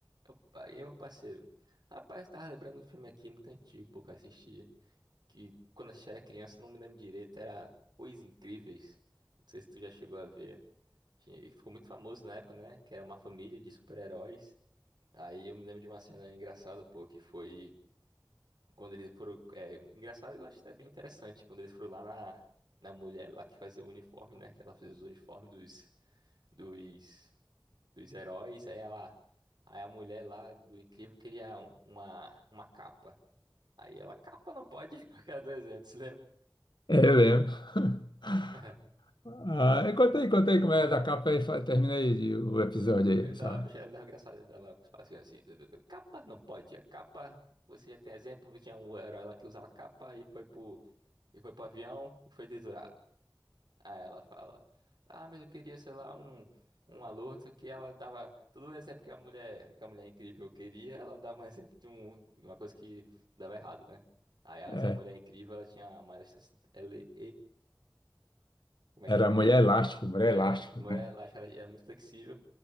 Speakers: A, on the right (about 65°); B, on the left (about 75°).
A: Opa, e aí, meu parceiro? Rapaz, eu tava lembrando um filme aqui muito antigo, pô, que eu assisti, que quando eu assisti era criança, eu não me lembro direito, era Os Incríveis. Não sei se tu já chegou a ver. Tinha- E ficou muito famoso na época, né? Que era uma família de super-heróis. Aí eu me lembro de uma cena engraçada, pô, que foi quando eles foram. É, engraçado, eu acho até bem interessante, quando eles foram lá na, na mulher lá que fazia o uniforme, né? Que ela fez os uniformes dos. Dos dos heróis, aí ela, aí a mulher lá do Incrível queria um- uma, uma capa. Aí ela, capa não pode, <laughs> porque era 200, lembra?
B: É, eu lembro. <laughs>
A: <laughs>
B: Ah, e conta aí, conta aí como é da capa e fa- termina aí de- o episódio aí,
A: Eu tava,
B: sabe?
A: a bicha era engraçada, eu dava os passinhos assim, du- du- du, capa não pode, é capa, você já tem exemplo, tinha um herói lá que usava capa e foi pro, e foi pro avião e foi triturado. Aí ela fala, ah, mas eu queria, sei lá, um, um aluno, só que ela dava todo o exemplo que a mulher, que a mulher incrível queria, ela dava um exemplo de um, uma coisa que dava errado, né? Aí essa
B: É,
A: mulher incrível, ela tinha uma elasticidade, como é
B: era
A: que é?
B: Mulher Elástico, Mulher
A: É,
B: Elástico,
A: a mulher
B: né?
A: elástica, ela era muito flexível,